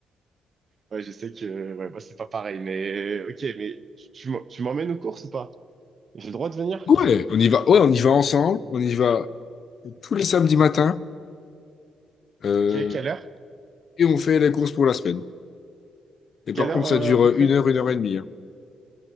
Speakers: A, on the right; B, on the left.
A: Ouais, je sais que ouais, moi, c'est pas pareil, mais ok, mais tu tu m'en- tu m'emmènes aux courses ou pas? J'ai le droit de venir?
B: Ouais, on y va. Ouais, on y va ensemble. On y va tous les samedis matins. euh,
A: Ok, quelle heure?
B: et on fait les courses pour la semaine. Et
A: Quelle
B: par
A: heure
B: contre,
A: euh,
B: ça dure
A: à peu
B: euh,
A: près?
B: une heure, une heure et demie. hein.